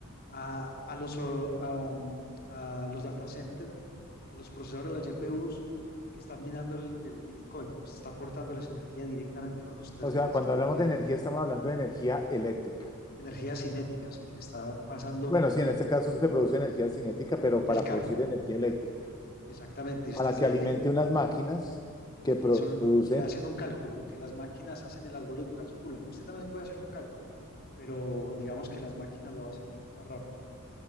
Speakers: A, on the left; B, on the left.
A: a, a los, o, a, a los data centers, a los procesadores de las GPUs que están minando el, el Bitcoin. Se está aportándoles energía directamente con los Tesla
B: O sea,
A: que
B: cuando
A: se están
B: hablamos
A: moviendo
B: de energía, estamos hablando de energía eléctrica.
A: energía cinética, así que le está pasando
B: Bueno, sí, en
A: eh,
B: este caso se produce energía cinética, pero
A: en
B: para
A: el carro,
B: producir energía eléctrica,
A: exactamente. Y usted,
B: para que
A: eh,
B: alimente unas máquinas que producen
A: que son, que hacen un cálculo, que las máquinas hacen el algoritmo, calculan. Usted también puede hacer un cálculo, pero digamos que las máquinas lo hacen más rápido.